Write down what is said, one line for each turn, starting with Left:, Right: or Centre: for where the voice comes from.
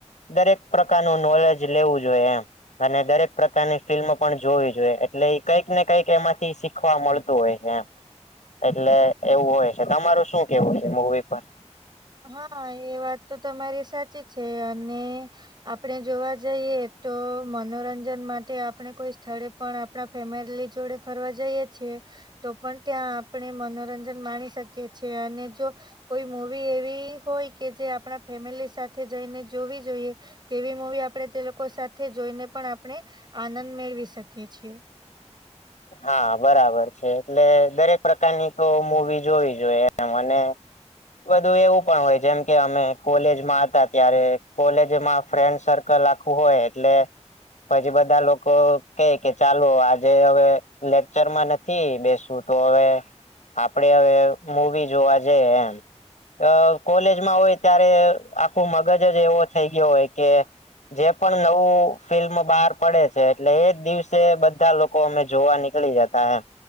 Left: દરેક પ્રકારનું નોલેજ લેવું જોઈએ એમ અને દરેક પ્રકારની ફિલ્મ પણ જોવી જોઈએ એટલે કંઈક ને કંઈક એમાંથી શીખવા મળતું હોય છે એમ એટલે એવું હોય છે તમારું શું કેવું છે મુવી પર?
Right: હા એ વાત તો તમારી સાચી છે અને આપણે જોવા જઈએ તો મનોરંજન માટે આપણે કોઈ સ્થળે પણ આપણા ફેમિલી જોડે ફરવા જઈએ છીએ તો પણ ત્યાં આપણે મનોરંજન માણી શકીએ છીએ અને જો કોઈ મુવી એવી હોય કે જે આપણા ફેમિલી સાથે જઈને જોવી જોઈએ તેવી મૂવી આપણે તે લોકો સાથે જોઈને પણ આપણે આનંદ મેળવી શકીએ છીએ
Left: હા બરાબર છે એટલે દરેક પ્રકારની તો મુવી જોવી જોઈએ મને બધું એવું પણ હોય જેમ કે અમે કોલેજમાં હતા ત્યારે કોલેજમાં ફ્રેન્ડ સર કલ આખું હોય એટલે પછી બધા લોકો કે ય કે ચાલો આજે હવે લેક્ચર માં નથી બેસવું તો હવે આપડે હવે મૂવી જોવા જઈએ એમ અ કોલેજમાં હોય ત્યારે આખું મગજ જ એવો થઈ ગયો હોય કે જે પણ નવું ફિલ્મ બહાર પડે છે એટલે એજ દિવસે બધા લોકો અમે જોવા નીકળી જતા એમ